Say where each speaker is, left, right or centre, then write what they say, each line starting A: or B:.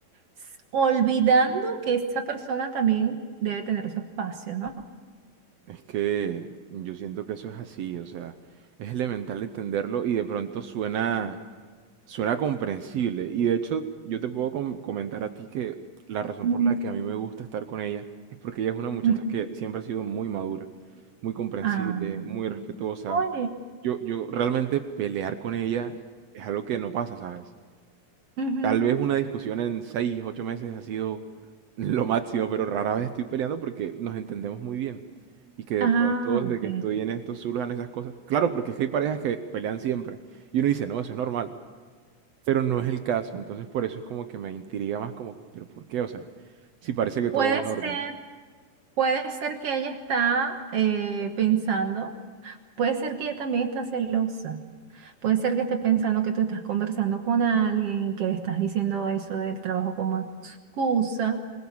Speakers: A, on the right; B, on the right.
A: S- Olvidando que esa persona también debe tener su espacio, ¿no?
B: Es que yo siento que eso es así, o sea, es elemental entenderlo y de pronto suena Suena comprensible y de hecho yo te puedo com- comentar a ti que la razón
A: Mm.
B: por la que a mí me gusta estar con ella es porque ella es una muchacha
A: Ujú.
B: que siempre ha sido muy madura, muy comprensible,
A: Ah,
B: muy respetuosa.
A: Oye,
B: Yo, yo realmente pelear con ella es algo que no pasa, ¿sabes?
A: ujú.
B: Tal vez una discusión en seis, ocho meses ha sido <laughs> lo máximo, pero rara vez estoy peleando porque nos entendemos muy bien. Y que de
A: Ah,
B: pronto desde
A: ok.
B: que estoy en esto surjan esas cosas. Claro, porque es que hay parejas que pelean siempre. Y uno dice, no, eso es normal pero no es el caso, entonces por eso es como que me intriga más como, pero ¿por qué? O sea, si parece que
A: Puede
B: todo va en
A: ser,
B: orden.
A: puede ser que ella está eh, pensando, puede ser que ella también está celosa. Puede ser que esté pensando que tú estás conversando con alguien, que estás diciendo eso del trabajo como excusa,